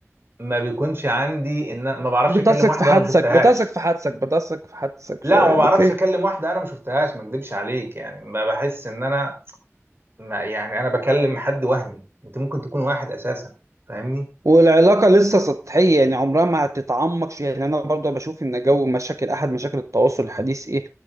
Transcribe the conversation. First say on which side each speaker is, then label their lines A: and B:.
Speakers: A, on the right; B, on the right.
A: ما بيكونش عندي إن ما بعرفش
B: بتثق
A: أكلم واحدة
B: في حدسك
A: أنا ما شفتهاش
B: بتثق في حدسك بتثق في حدسك
A: لا
B: شويه
A: ما بعرفش
B: اوكي
A: أكلم واحدة أنا ما شفتهاش ما أكدبش عليك يعني ما بحس إن أنا ما يعني أنا بكلم حد وهمي أنت ممكن تكون واحد أساسا فاهمني
B: والعلاقة لسه سطحية يعني عمرها ما هتتعمق يعني أنا برضه بشوف إن جو مشاكل أحد مشاكل التواصل الحديث إيه